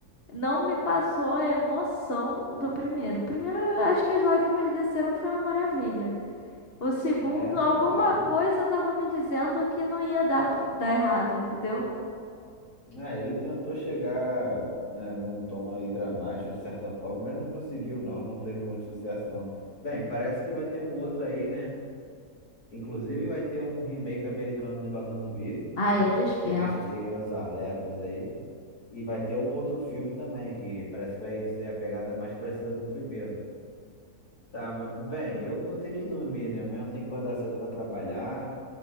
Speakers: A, on the left (about 35°); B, on the left (about 70°).
A: não me passou a emoção do primeiro. O primeiro, eu acho que as lágrimas desceram, que foi uma maravilha. O segundo,
B: É, sei
A: alguma
B: lá.
A: coisa tava me dizendo que não ia dar, dar errado, entendeu?
B: Ah, ele tentou chegar, né, num tom aí dramático de certa forma, mas não conseguiu, não. Não teve muito sucesso, não. Bem, parece que vai ter um outro aí, né? Inclusive vai ter um remake americano do Invasão Zumbi, né?
A: Ai, eu dispenso.
B: Liguem, liguem os alertas aí. E vai ter um outro filme também, que parece que vai ser a pegada mais parecida com o primeiro. Tá, mas, bem, eu vou ter que dormir, né? Amanhã eu tenho que acordar cedo pra trabalhar.